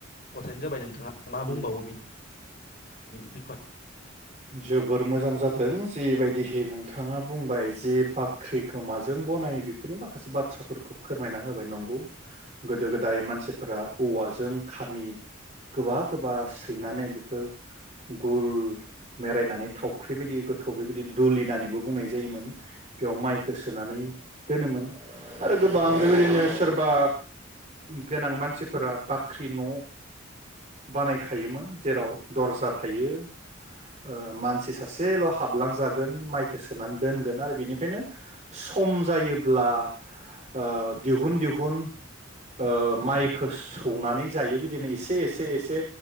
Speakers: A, on the left; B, on the right.
A: गथायनो जाबाय नोंथाङा मा
B: उम
A: बुंबावो बिनि बिखय
B: जोबोर मोजां जादों जेबायदिहै नोंथाङा बुंबाय जे बाख्रिखौ माजों बनायो बेफोरनि माखासे बाथ्राफोरखौ फोरमायना होबाय नंगौ गोदो गोदाय मानसिफोरा औवाजों खामि गोबा गोबा सैनानै बेखौ गुल मेरायनानै थावख्रि बायदि गोथौ बेबायदि दुलि होननानैबो बुंनाय जायोमोन बेयाव माइखौ सोनानै दोनोमोन आरो गोबां बेबायनो सोरबा गोनां मानसिफोरा बाख्रि न बानायखायोमोन जेराव दरजा थायो । मानसि सासेल हाबलांजागोन माइखौ सोनानै दोनगोन आरो बेनिफ्रायनो सम जायोब्ला ओ दिहुन दिहुन ओ माइखौ सौनानै जायो बिदिनो एसे एसे एसे